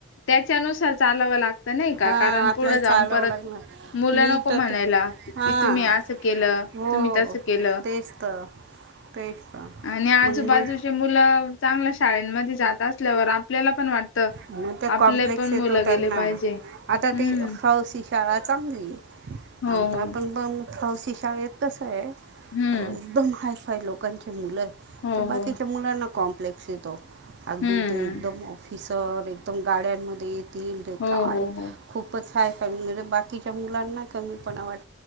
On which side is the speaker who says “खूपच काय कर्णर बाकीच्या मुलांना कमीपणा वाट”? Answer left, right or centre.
Right